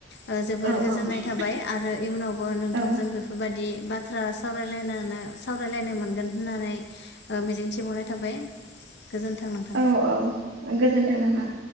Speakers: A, on the left; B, on the right.
A: ओ जोबोर
B: औ
A: गोजोननाय
B: औ
A: थाबाय आरो इयुनावबो नोंथांजों
B: औ
A: बेफोरबादि बाथ्रा सावरायलायनानै सावरायलायनो मोनगोन होननानै मिजिंथिबावनाय थाबाय गोजोन्थों। नोंथां।
B: औ औ गोजोनथों नोंथां